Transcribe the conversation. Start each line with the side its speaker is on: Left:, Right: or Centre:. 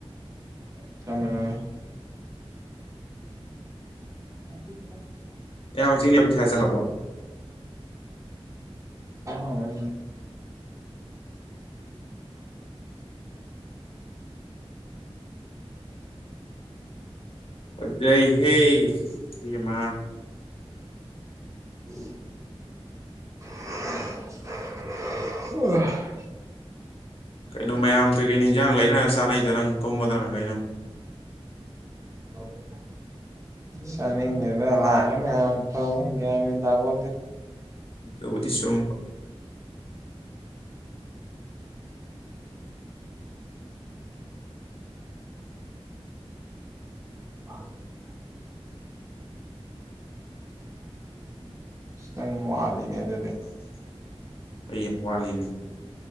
Right: <unintelligible> <inaudible>
Left: ꯌꯥꯝꯅ ꯆꯤꯡꯂꯦ ꯄꯩꯁꯥ ꯆꯪꯉꯕꯣ꯫
Right: ꯆꯥꯡꯂꯛꯑꯃꯅꯤ꯫
Left: ꯐꯥꯖꯩ ꯍꯦ ꯌꯦꯃ꯫
Right: <inaudible>
Left: ꯀꯩꯅꯣ ꯃꯌꯥꯝ ꯀꯩꯀꯩꯅꯣ ꯏꯟꯖꯥꯡ ꯂꯩꯅ ꯆꯥꯅꯩꯗ ꯅꯪ ꯀꯨꯝꯕꯗꯅ ꯀꯩꯅꯣ꯫
Right: ꯂꯧꯕꯗ ꯁꯅꯤꯒꯦꯗ ꯂꯑ ꯑ ꯊ ꯌꯥ ꯊꯗꯥꯕꯣ
Left: ꯑꯗꯨꯕꯨꯗꯤ ꯆꯨꯝꯕꯥ꯫
Right: <inaudible> ꯅꯪ ꯋꯥꯠꯂꯤꯅꯦ ꯑꯗꯨꯗꯤ꯫
Left: ꯑꯩ ꯌꯥꯝ ꯋꯥꯠꯂꯤꯅꯦ